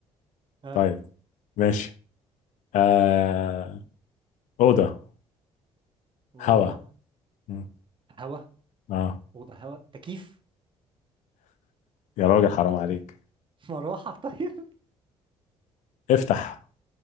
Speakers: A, on the right (about 40°); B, on the left (about 70°).
A: ها
B: طيب ماشي آه أوضة
A: أوضة
B: هوا مم.
A: هوا
B: اه
A: أوضة هوا تكييف
B: يا راجل حرام عليك
A: <laughs> <laughs> مروحة طيب
B: افتح